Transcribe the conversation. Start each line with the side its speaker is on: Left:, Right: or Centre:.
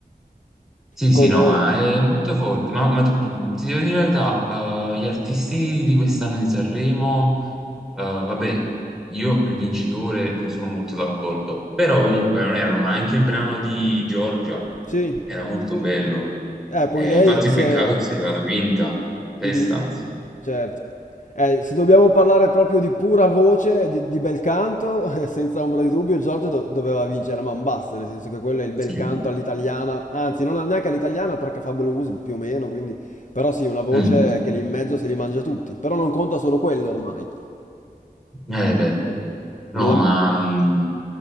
Centre: Sì, sì,
Left: Con...
Centre: no,
Left: eh,
Centre: ma è molto forte. Ma, ma tu, tu- ti devo dire la verità, eh, gli artisti di quest'anno di Sanremo, eh, vabbè, io il vincitore non sono molto d'accordo, però comunque non erano, ma anche il brano di Giorgia
Left: sì.
Centre: era molto bello.
Left: Eh, poi
Centre: Eh,
Left: lei
Centre: infatti
Left: si
Centre: è Mm. peccato
Left: è...
Centre: che sia arrivata quinta, testa
Left: Mhm,
Centre: anzi.
Left: Certo. Eh, se dobbiamo parlare proprio di pura voce, di, di bel canto, <laughs> eh, senza ombra di dubbio, Giorgio do- doveva vincere a man basse, nel senso che quello è il bel
Centre: Sì.
Left: canto all'italiana, anzi non neanche all'italiana perché fa blues più o meno, quindi... Però sì, una voce
Centre: Mm.
Left: che lì in mezzo se li mangia tutti, però non conta solo quello ormai.
Centre: Eh, beh. No,
Left: Nella,
Centre: ma
Left: No.
Centre: mm,